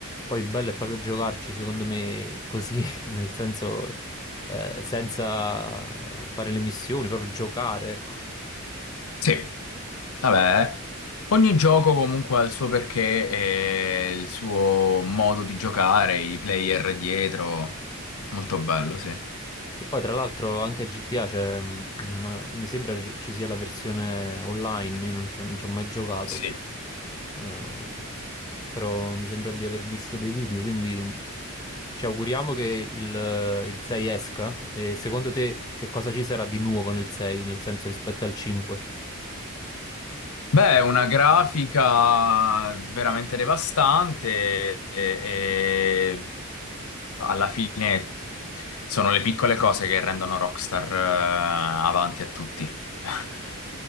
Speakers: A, on the left; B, on the left.
A: poi il bello è proprio giocarci, secondo me, così, <laughs> nel senso, eh, senza fare le missioni, proprio giocare, ecco.
B: Sì. Vabbè, ogni gioco comunque ha il suo perché e il suo modo di giocare, i player dietro. Molto bello, sì.
A: E poi tra l'altro anche GTA c'è, <clears throat> mi sembra ci ci sia la versione online, io non ci ho non ci ho mai giocato,
B: Sì.
A: Eh, però mi sembra di aver visto dei video, quindi ci auguriamo che il, il 6 esca. E secondo te che cosa ci sarà di nuovo nel 6, nel senso rispetto al 5?
B: Beh, una grafica veramente devastante e, e alla fine sono le piccole cose che rendono Rockstar, eh, avanti a tutti. <laughs>